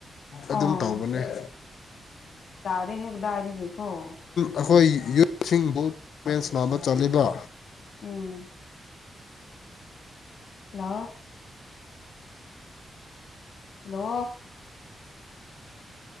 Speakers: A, on the left; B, on the left.
A: ꯑꯗꯨꯝ
B: ꯑꯣ
A: ꯇꯧꯕꯅꯦꯍ
B: ꯗꯦ ꯍꯗꯥꯏꯗꯒꯀꯣ
A: ꯑꯩꯈꯣꯏ ꯌꯨꯠꯁꯤꯡꯕꯨ ꯇꯃꯦꯟꯁ ꯅꯥꯕ ꯆꯠꯂꯤꯕ꯭ꯔꯥ
B: ꯎꯝ ꯍꯜꯂꯣ ꯍꯜꯂꯣ